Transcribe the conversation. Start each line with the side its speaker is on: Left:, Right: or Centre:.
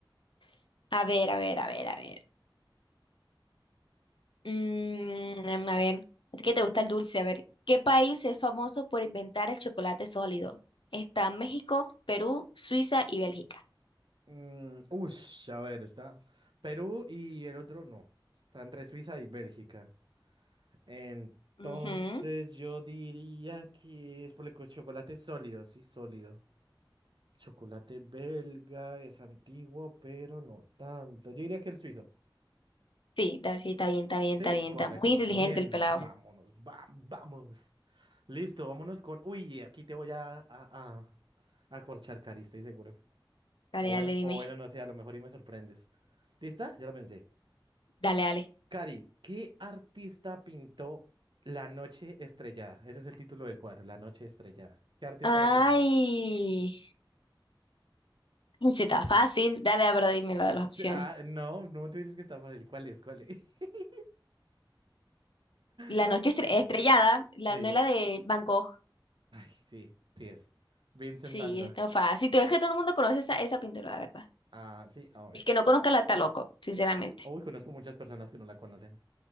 Left: <laughs> A ver, a ver, a ver, a ver. Mm, em, a ver, ¿a ti qué te gusta el dulce? A ver, ¿qué país es famoso por inventar el chocolate sólido? Está México, Perú, Suiza y Bélgica.
Right: Mm, ush, a ver, está Perú y el otro no. Está entre Suiza y Bélgica. Entonces
Left: Ujú.
Right: yo diría que es por el co- chocolate sólido, sí, sólido. Chocolate belga es antiguo, pero no tanto. Yo diría que el suizo.
Left: Sí, está, sí, está bien, está bien,
Right: Sí,
Left: está bien,
Right: correcto.
Left: está muy inteligente
Right: Bien,
Left: el pelado.
Right: vámonos, va- vamos. Listo, vámonos con. Uy, aquí te voy a, a, a, a corchar, Cari, estoy seguro.
Left: Dale,
Right: O bueno,
Left: dale, dime.
Right: o bueno, no sé, a lo mejor y me sorprendes. ¿Lista? Ya lo pensé.
Left: Dale, dale.
Right: Cari, ¿qué artista pintó La Noche Estrellada? Ese es el título del cuadro, La Noche Estrellada. ¿Qué artista
Left: Ay,
Right: lo pintó?
Left: sí, está fácil. Dale, pero dime lo de las
Right: Sí,
Left: opciones.
Right: Ah, no, no te dices que está fácil. ¿Cuál es? ¿Cuál es? <laughs>
Left: La
Right: ¿No?
Left: noche estre- estrellada, la
Right: Sí.
Left: novela de Van Gogh.
Right: Ay, sí, sí es. Vincent
Left: Sí,
Right: Van Gogh.
Left: está fácil. Tú ves que todo el mundo conoce esa, esa pintura, la verdad.
Right: Ah, sí, ay.
Left: El que no conozca la está loco, sinceramente.
Right: Uy, conozco muchas personas que no la conocen.